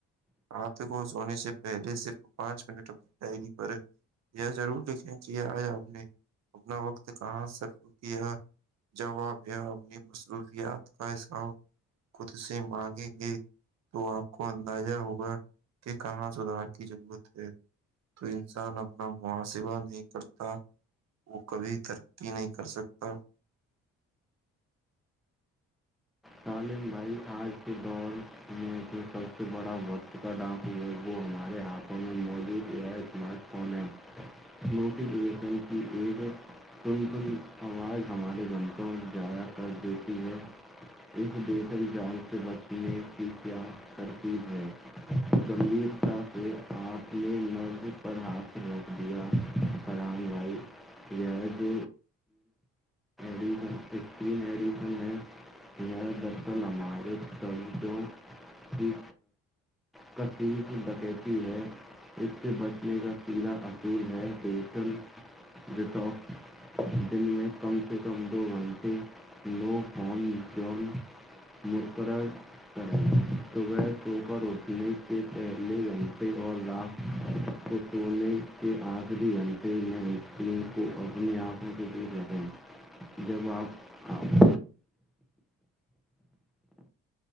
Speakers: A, on the right; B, in the centre.
A: ہاتھ کو سونے سے پہلے صرف پانچ منٹ اپنی ڈائری پر یہ ضرور لکھیں کہ آج آپ نے اپنا وقت کہاں سر کیا جواب یا اپنی مصروفیات کا حساب خود سے مانگیں گے تو آپ کو اندازہ ہوگا کہ کہاں سدھار کی ضرورت ہے تو انسان اپنا محاسبہ نہیں کرتا وہ کبھی ترقی نہیں کر سکتا
B: سالم بھائی آج کے دور میں جو سب سے بڑا وقت کا ڈان یوبو ہمارے ہاتھوں میں موجود یہ اسمارٹ فون ہے موک دشن کی ایک تم تم آواز ہمارے گھنٹوں جضاع کر دیتی ہے اس بیسل جال سے بچنے کی کیا ترتیب ہے گمبھیرتا سے آپ نے مرض پر حاتھ رکھ دیا فر گائی رج میڈین استری میڈیسن ہے یہ دراصل ہمارے طووں کی کثیف بکیتی ہے اس سے بچنے کا سیدھا اصل ہے بیٹل رٹوف دن میں کم سے کم دو گھنٹے نو فون جون مرقرر کریں صبح سوپر اٹھنے کے پہلے گھنٹے اور لاکس کو توونے کے آخری اننتےے میں اسکریم کو اپنے آپ ے دے دیتے ہیں جب آپپ